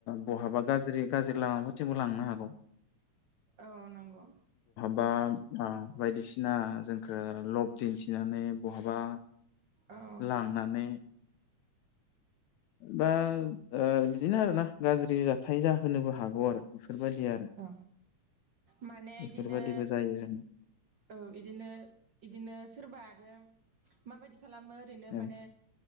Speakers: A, on the left (about 75°); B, on the right (about 50°).
A: बहाबा गाज्रि गाज्रि लामाबोथिंबो लांनो हागौ
B: औ नंगौ।
A: बा बायदिसिना जोंखौ लब दिन्थिनानै बहाबा
B: औ
A: लांनानै बा ओ बिदिनो आरोना गाज्रि जाथाय जाहोनोबो हागौ आरो। बेफोरबायदि आरो
B: औ माने
A: बेफोरबायदिबो
B: इदिनो
A: जायो जों
B: औ इदिनो इदिनो सोरबा आरो माबायदि खालामो ओरैनो
A: औ
B: माने